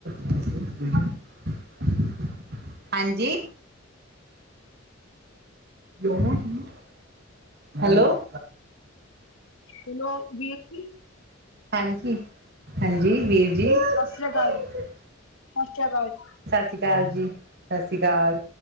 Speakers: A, on the right; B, on the left.
A: <unintelligible> ਹਾਂਜੀ। <unintelligible> ਹੈਲੋ।
B: ਹੈਲੋ, ਵੀਰ ਜੀ।
A: ਹਾਂਜੀ ਹਾਂਜੀ ਵੀਰ ਜੀ। <unintelligible>
B: ਸਤਿ ਸ੍ਰੀ ਅਕਾਲ ਜੀ, <unintelligible>
A: ਸਤਿ ਸ਼੍ਰੀ ਅਕਾਲ ਜੀ, ਸਤਿ ਸ਼੍ਰੀ ਅਕਾਲ।